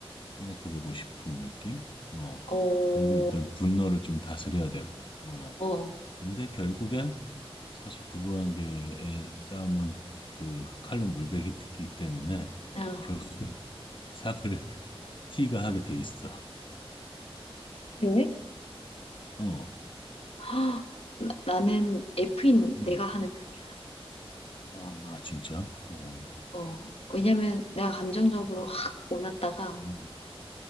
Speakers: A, on the left; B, on the left.
A: 생각해보고 싶은 느낌? 어,
B: 어,
A: 그리고 일단 분노를 좀 다스려야 되고. 어,
B: 어,
A: 근데 결국엔 사실 부부관계의 싸움은 그 칼로 물베기 듣기 때문에
B: 어.
A: 결국은 <laughs> 삭을 티가 하게 돼 있어.
B: 그래?
A: 어,
B: 아, 나, 나는 F인
A: 음.
B: 내가 하는 편이야.
A: 아, 진짜? 어.
B: 어, 왜냐면 내가 감정적으로
A: 음.
B: 확 올랐다가
A: 음,